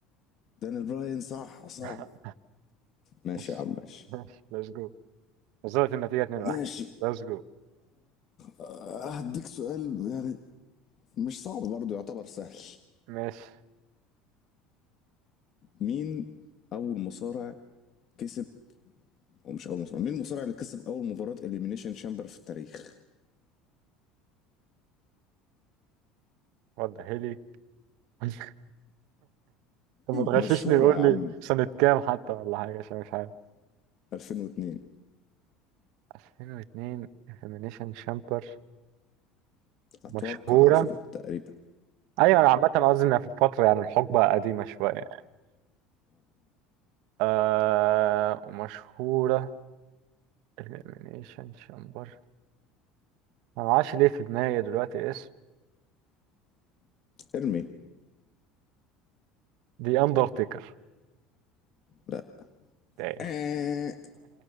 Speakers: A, on the left (about 50°); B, on the right (about 70°).
A: دانيال براين صح صح
B: <laughs>
A: ماشي
B: ماشي
A: يا عم ماشي
B: ليتس جو وصلت النتيجه 2-1
A: ماشي
B: ليتس جو
A: هديك سؤال يعني مش صعب برضه يعتبر سهل
B: ماشي
A: مين اول مصارع كسب او مش اول مصارع مين المصارع اللي كسب اول مباراة اليمينيشن شامبر في التاريخ
B: وضح لي <laughs> طب ما تغششني
A: مشهورة
B: وقول
A: يا عم
B: لي سنه كام حتى ولا حاجه عشان مش عارف
A: 2002
B: 2002 انفيمينيشن شامبر
A: اتوقع
B: مشهوره
A: 2000 تقريبا
B: ايوه أنا عامه قصدي انها في الفتره يعني الحقبه قديمه شويه يعني. آه ومشهورة الإليمينيشن شامبر أنا معرفش ليه في دماغي دلوقتي اسم
A: ارمي
B: The Undertaker
A: لا
B: damn
A: آه.